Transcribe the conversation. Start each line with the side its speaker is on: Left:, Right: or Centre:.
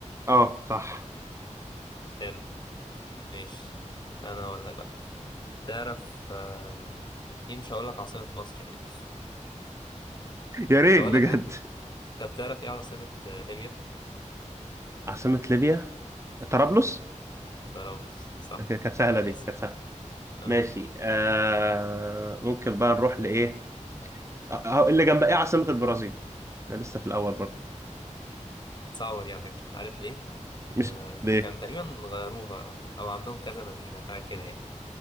Right: اه صح
Left: حلو ماشي انا اقول لك بقى تعرف آه ايه مش هقول لك عاصمه مصر يعني
Right: يا ريت
Left: طب اقول
Right: بجد
Left: لك ح- طب تعرف ايه عاصمه آه، ليبيا
Right: عاصمه ليبيا طرابلس
Left: مم. ضربت صح
Right: ك- كانت سهله دي
Left: اسم
Right: كانت سهله
Left: آه.
Right: ماشي آه ممكن بقى نروح لإيه آه، آه، اللي جنب إيه عاصمة البرازيل أنا لسه في الأول برضه
Left: صعبة دي على فكرة عارف ليه؟
Right: مش
Left: آه.
Right: ليه؟
Left: كان تقريبا غيروها أو أو عندهم كذا مدينة حاجة كده يعني